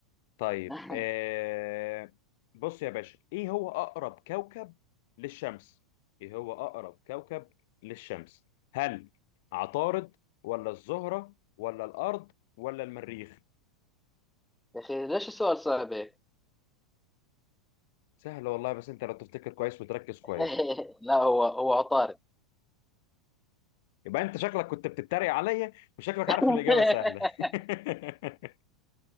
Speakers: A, on the left; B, in the centre.
A: طيب
B: <laughs>
A: آه... بص يا باشا ايه هو اقرب كوكب للشمس ايه هو اقرب كوكب للشمس هل عطارد ولا الزهرة ولا الارض ولا المريخ
B: يا اخي ليش السؤال صعب هيك؟
A: سهل والله بس انت لو تفتكر كويس وتركز كويس
B: <laughs> لا هو هو عطارد
A: يبقى انت شكلك كنت بتتريق عليا وشكلك
B: <laughs>
A: عارف الاجابة سهلة <laughs>